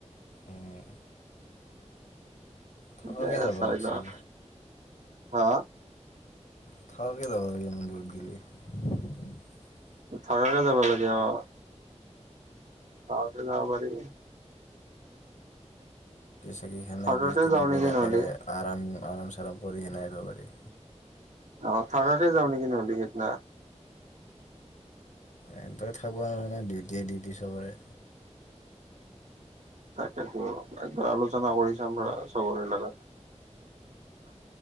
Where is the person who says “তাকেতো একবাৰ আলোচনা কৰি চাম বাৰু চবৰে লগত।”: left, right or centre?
Right